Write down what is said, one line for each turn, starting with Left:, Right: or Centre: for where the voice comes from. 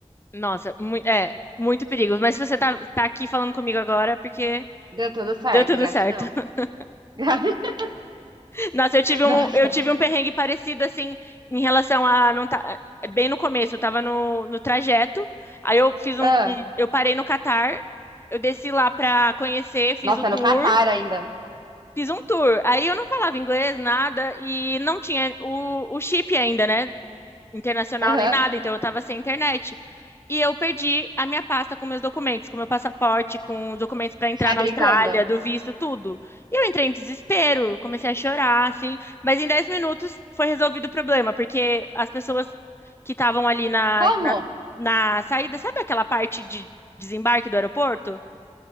Left: Nossa, mui- é, muito perigo. Mas se você tá, tá aqui falando comigo agora, é porque
Right: Deu tudo certo,
Left: deu tudo
Right: gratidão.
Left: certo. <laughs>
Right: <laughs>
Left: Nossa, eu tive um,
Right: Nossa,
Left: eu tive um perrengue parecido, assim, em relação a não tá, é, bem no começo, eu tava no, no trajeto, aí eu fiz um,
Right: ah,
Left: eu parei no Catar, eu desci lá pra conhecer, fiz
Right: nossa,
Left: o tour,
Right: no Catar ainda.
Left: fiz um tour. Aí eu não falava inglês, nada, e não tinha o, o chip ainda, né? internacional
Right: Aham,
Left: nem nada, então eu tava sem internet. E eu perdi a minha pasta com meus documentos, com meu passaporte, com os documentos para entrar
Right: Sai
Left: na
Right: brincando.
Left: Austrália, do visto, tudo. E eu entrei em desespero, eu comecei a chorar, assim. Mas em 10 minutos foi resolvido o problema, porque as pessoas que estavam ali na,
Right: Como?
Left: na, na saída, sabe aquela parte de desembarque do aeroporto?